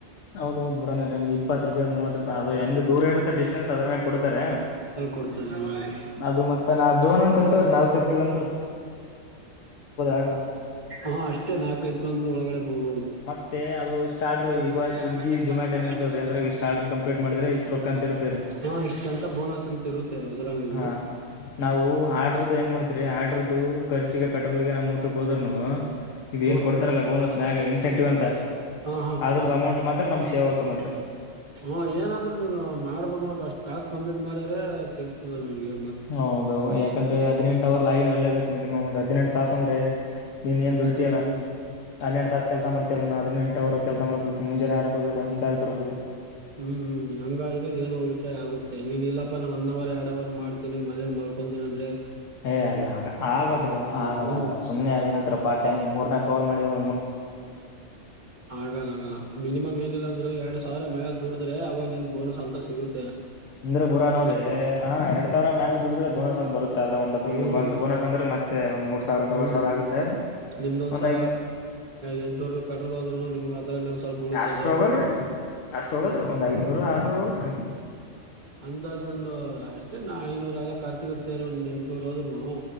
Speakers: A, on the left; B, on the right.
A: ಹೌದೌದು ಬರೋಣ ನಿಮ್ಗೆ ಇಪ್ಪತ್ ರೂಪಾಯಿ ಮೂವತ್ ರೂಪಾಯಿ ಅದು
B: ಜರೋನ್
A: ಹೆಂಗ್ ದೂರ ಇರುತ್ತೆ ಡಿಸ್ಟೆನ್ಸ್ ಅದ್ರ ಮೇ ಕೊಡ್ತಾರೆ
B: ಕೊಡ್ತಾರೆ ಹಂಗಾಗಿ
A: ಅದು ಮತ್ತೆ ನಾ ಜೋನ್ ಅಂತ ಇರ್ತವ್ರೀ ನಾಲ್ಕೈದು ಕಿಲೋಮ ಆರ್ಡರ್
B: ಹ ಅಷ್ಟೇ ನಾಲ್ಕೈದು ಕಿಲೋಮೀಟರ್ ಒಳಗಡೆ ಬಿಡ್ಬುದು
A: ಮತ್ತೆ ಅದು ಇಷ್ಟ ಆರ್ಡ್ರ ಈಗ
B: ನ್
A: ಸ್ವಿಗ್ಗಿ
B: ರಮೇಶ್ ಅಂತ
A: ಜೊಮ್ಯಾಟೊ
B: ಬರ್ ನೋಡ
A: ಏನ್
B: ರಮೇಶ್
A: ಇರ್ತಾವ್ರೀ
B: ಅಂತಾನ
A: ಅದ್ರಾಗ
B: ಮಾತಾಡ
A: ಇಷ್ಟ ಆರ್ಡ್ರ ಕಂಪ್ಲೀಟ್ ಮಾಡಿದ್ರೆ ಇಷ್ಟ ರೊಕ್ಕ ಅಂತ ಇರ್ತವ್ರೀ
B: ಹಾ ಇಷ್ಟಂತ ಬೋನಸ್ ಅಂತ ಇರುತ್ತೆ ಅದರಲ್ಲಿ
A: ಹಾ ನಾವು ಆರ್ಡ್ರದದು ಏನ್ ಮಾಡ್ತೀರಿ ಆಡ್ರದದು ಖರ್ಚಿಗೆ ಪೆಟ್ರೋಲ್ಗೆ ನಾವು ಹೋದರುನು ಇ
B: ಹ್ಮ್
A: ಏನ್ ಕೊಡ್ತಾರಲ್ಲ ಬೋನಸ್ ನಾಗ ಇನ್ಸೆಂಟಿವ್ ಅಂತ
B: ಹಾ ಹಾ
A: ಅದ್ರದ
B: ಹಾ
A: ಅಮೌಂಟ್ ಮಾತ್ರ ನಮ್ಗ್ ಸೇವ್ ಆಗ್ತದೆ ನೋಡ್ರಿ
B: ಹಾ ಏನಂದ್ರೆ ನೀನು ಮಾಡ್ಬೇಕ್ ನೋಡಪ ಅಷ್ಟ್ ಟಾಸ್ಕ್ ಕಂಪ್ಲೀಟ್ ಮಾಡಿದ್ರೆ ಸಿಗ್ತದ ನಿಮ್ಗೆ
A: ಹೌದ ಯಾಕಂದ್ರೆ ಹದಿನೆಂಟ ಅವರ್ ಲ ಆನ್ ಇರ್ೇಬೇಕು ಮಿನಿಮಮ್ ಒ್ ಹದಿನೆಂಟ್ ತಾಸ ಅಂದ್ರೆ ನೀನ್
B: ಇ
A: ದುಡಿತಿಯಲ್ಲ
B: ಟವೂಮ
A: ಹನ್ನೆರಡು ತಾಸ ಕೆಲಸ ಮಾಡ್ತಿಲ್ಲ ನ ಹಿನೆಂಟವರೆಗ ಕೆಲಸ ಮಾಡಬೇಕು ಮುಜಾನೆ ಯಾರ್ಗ ಹೋದೆ ಸಂಜೆ ಆಾರ್ಗ್ ಬರ್ಬೇಕು
B: ಹ್ಮ್್ಮ್ ಹಂಗಾದ್ರೆ ಏನೋ ಉಳಿತಾಯ ಆಗುತ್ತೆ ನೀನ್ ಇಲ್ಲಾನ ಒಂದ್ ಅವರ್ ಎರಡ್ ಅವರ್ ಮಾಡ್ತೀನಿ ಮನೇಲಿ ಮ ಕಕೊಂಡಂತಿನನ ಅ್ರೆ
A: ಏ ಅಲ್ಲ ಆಗೋದಿಲ್ಲ ಆಗಲ್ಲ
B: ಹ್ಮ್
A: ಆಗಲ್ಲ ಸು್ನೆ ಅದೇಏನಂತ್ರ ಪಾರ್ಟ್ ಟೈಮ್ ಮೂರ್ ನ ಕವರ್ ಮಾಡಿದ್ರೂ
B: ಆಗಲ್ಲ ಆಗಲ್ಲ ಮಿನಿಮ್ ಮಏನಿಲ್ಲ ಅಂದರ ಎರಡು ಸಾವ್ರ ಮೇಾಲ ದುಡ್ರೆ ಅವಾಗ ನಿನ್ ಬೋನಸ್ ಅಂತ ಸಿಗುತ್ತೆ
A: ಇಂದ್ರ ಬುರಾ ಅವವ್ರರಿ
B: ಇಷ್ಟು
A: ಎರಡ್ ಸಾವಿರ ಮೇಲೆ ದುಡಿದ್ರ ಬೋನಸ್ ಅ ಬತ್ತ ಅದೆ ಒಂದ ಹದ್ೈನೂರು
B: ಹ್ಮ್
A: ಅ ಬನಸ್ ಅಂದ್ರೆೆ ಮತ್ತೆ ಒಂದ್ ಮೂರ್ ಸಾವಿರ
B: ಹ್ಮ್
A: ಮೂವರ್ ಸಾವಿರ ಆಗುತ್ತೆ
B: ನಿಮ್ದೊಂದ್
A: ಒಂದ್
B: ಸ
A: ಐನೂ
B: ಎಂಟುನೂರು ರೂಪಾಯಿ ಪೆಟ್ರೋಲ್ ಹೋದ್ೂನು ನಿಮ್ಗೆ ಅದರಲ್ಲಿ ಒಂದು ಸ್ವಲ್ಪ ಉಳಿತದೆ
A: ಅಷ್ಟ್ ಹೋಗಲ್ರಿ
B: ಊಟ
A: ಅಷ್ಟ್ ಹೋಗಲ್ರಿೀ ಒಂದ್ ಐದನೂರು ಆರ್ನೂರ್ ಹೋಗತ್ರಿ
B: ಹ ಅ್ ಒಂದು ಅಷ್ಟೇ ನಾ ಐನೂರು ಎಲ್ಲ ಖರ್ಚು ಗ ಸೇರ್ ಒಂದ್ ಎಂಟುನೂರು ಹೋದ್ರುನು